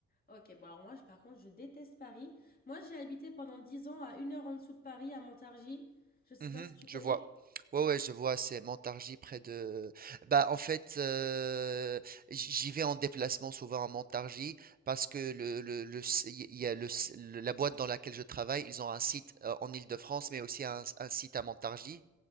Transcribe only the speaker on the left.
OK, bon alors moi, je par contre, je déteste Paris. Moi, j'ai habité pendant 10 ans à une heure en dessous de Paris, à Montargis. Je sais
pas si tu connais?